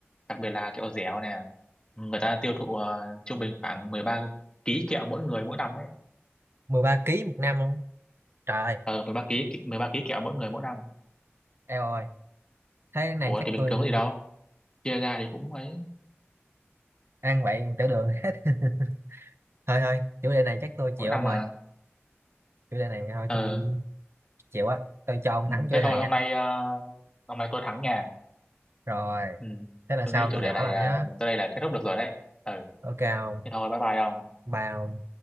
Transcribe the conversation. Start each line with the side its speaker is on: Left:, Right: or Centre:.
Left: đặc biệt là kẹo dẻo nè người ta tiêu thụ ờ, trung bình khoảng mười ba ký kẹo mỗi người mỗi năm đấy
Right: 13 kg một năm luôn trời ơi,
Left: ờ mười ba ký 13 ký kẹo mỗi người mỗi năm
Right: eo ơi thế này
Left: ủa
Right: chắc
Left: thì bình
Right: tôi
Left: thường có gì đâu chia ra thì cũng ấy
Right: ăn vậy tiểu đường hết <laughs> thôi thôi chủ đề này chắc tôi chịu
Left: mỗi năm
Right: ông
Left: mà
Right: ơi chủ đề này thôi
Left: ờ
Right: tôi chịu á tôi cho ông
Left: ừ.
Right: thắng chủ
Left: thế
Right: đề
Left: thôi
Right: này
Left: hôm
Right: á
Left: nay ờ, hôm nay tôi thắng nhà
Right: rồi
Left: ừ.
Right: thế là
Left: tôi
Right: sau
Left: nghĩ chủ
Right: tôi
Left: đề
Right: gõ
Left: này
Right: lại
Left: ờ,
Right: nhá
Left: tới đây là kết thúc được rồi đấy ừ
Right: ok không
Left: thế thôi bye bye ông
Right: bao